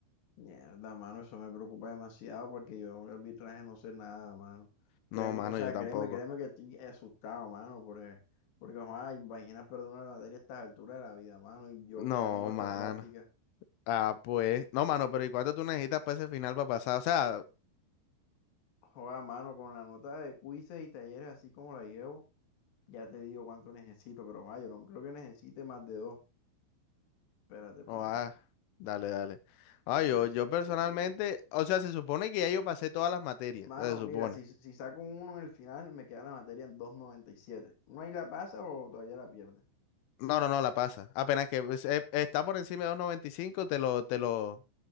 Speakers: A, on the left (about 60°); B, on the left (about 80°).
A: Mierda, mano, eso me preocupa demasiado porque yo de arbitraje no sé nada, mano. Créeme,
B: No, mano,
A: o sea,
B: yo tampoco.
A: créeme, créeme que estoy asustado, mano, porque, porque, joder, imagina perder una materia a estas alturas de la vida, mano, y yo
B: No,
A: que ya tengo esta
B: mano.
A: práctica.
B: Ah, pues. No, mano, pero ¿y cuánto tú necesitas para ese final para pasar? O sea,
A: Joder, mano, con la nota de quizzes y talleres así como la llevo. Ya te digo cuánto necesito, pero ah, yo no creo que necesite más de dos. Espérate, para
B: No,
A: ver.
B: ah, dale, dale. Ah,
A: Va
B: yo,
A: a ver
B: yo
A: si pongo
B: personalmente,
A: aquí.
B: o sea, se supone que ya yo pasé todas las materias,
A: Mano,
B: se supone.
A: mira, si, si saco un uno en el final, me queda la materia en dos coma noventa y siete ¿No ahí la pasa o todavía la pierde?
B: No, no, no, la pasa. Apenas que pues, eh, está por encima de dos noventa y cinco te lo, te lo,